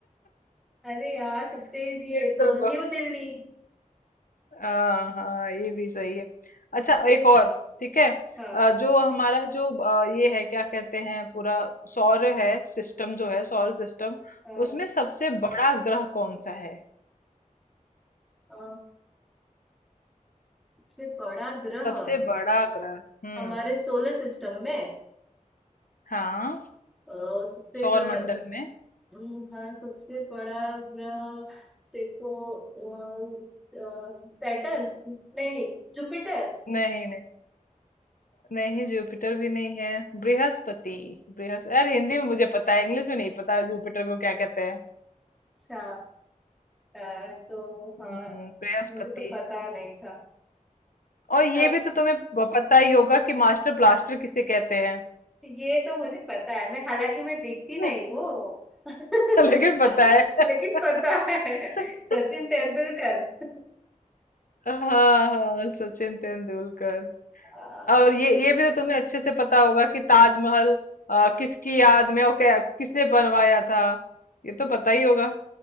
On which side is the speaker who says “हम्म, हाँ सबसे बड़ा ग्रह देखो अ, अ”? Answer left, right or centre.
Centre